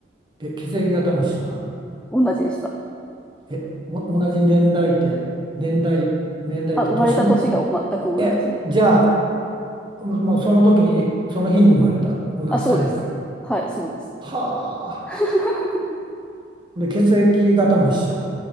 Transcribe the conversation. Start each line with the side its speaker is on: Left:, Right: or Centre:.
Right: え、血液型も一緒な。
Centre: 同じでした。
Right: え、お同じ年代って、年代、年代って年も。
Centre: あ、生まれた年が全く同じ。
Right: え、じゃあ、もう、もうその時に、その日に生まれた、
Centre: うん
Right: こんな2人が。
Centre: あ、そうです。はい、そうです。
Right: はあ。
Centre: <laughs>
Right: で、血液型も一緒。